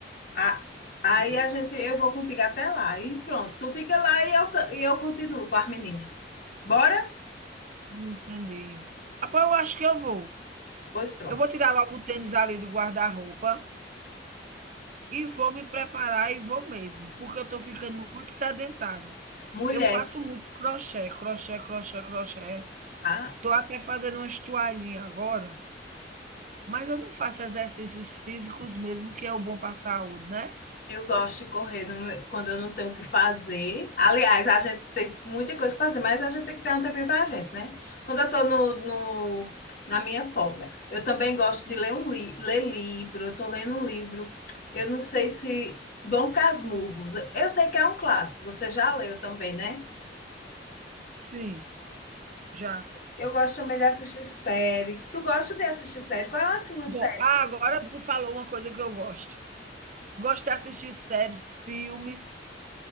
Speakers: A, on the left; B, on the right.
A: A- aí
B: Sim,
A: a gente, eu vou contigo até lá. E pronto, tu fica lá e eu, ca- e eu continuo com as meninas. Bora?
B: sim, entendi. Rapaz, eu acho que eu vou.
A: Pois pronto.
B: Eu vou tirar logo o tênis ali do guarda-roupa. E vou me preparar e vou mesmo, porque eu estou ficando muito sedentária.
A: Mulher,
B: Eu faço muito crochê, crochê, crochê, crochê.
A: tá?
B: Estou até fazendo umas toalhinhas agora, mas eu não faço exercícios físicos mesmo, que é o bom para a saúde, né?
A: Eu gosto de correr no meu- quando eu não tenho o que fazer. Aliás, a gente tem muita coisa para fazer, mas a gente tem que ter um tempinho para a gente, né? Quando eu estou no, no- na minha folga, eu também gosto de ler um li ler livro. Eu estou lendo um livro, eu não sei se Dom Casmurros. Eu sei que é um clássico, você já leu também, né?
B: Sim. Já.
A: Eu gosto também de assistir série. Tu gosta de assistir série? Qual é assim, uma série?
B: Go ah, agora tu falou uma coisa que eu gosto. Gosto de assistir séries filmes.